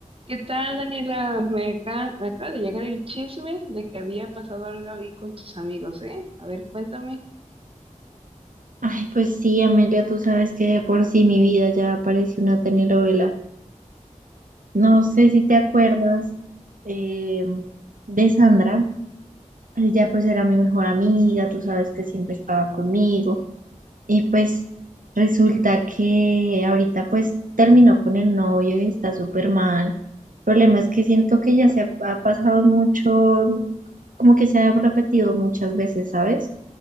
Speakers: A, on the right; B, on the right.
A: ¿Qué tal, Daniela? Me acá, me acaba de llegar el chisme de que había pasado algo ahí con tus amigos, ¿eh? A ver, cuéntame.
B: Ay, pues sí, Amelia, tú sabes que de por sí mi vida ya parece una telenovela. No sé si te acuerdas eh, de Sandra. Ella pues era mi mejor amiga, tú sabes que siempre estaba conmigo. Y pues resulta que ahorita pues terminó con el novio y está súper mal. El problema es que siento que ya se ha ha pasado mucho, como que se ha repetido muchas veces, ¿sabes?